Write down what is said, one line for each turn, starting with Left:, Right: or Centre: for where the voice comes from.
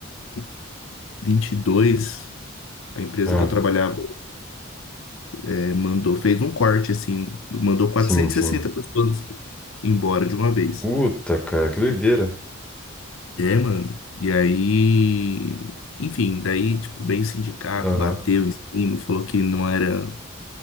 Left: 2022, a empresa
Centre: Ah,
Left: que eu trabalhava eh, mandou, fez um corte assim, mandou 460
Centre: sim, sim.
Left: pessoas embora de uma vez.
Centre: Puta, cara, que doideira.
Left: É, mano. E aí, enfim, daí, tipo, veio o sindicato,
Centre: Aham.
Left: bateu em cima, falou que não era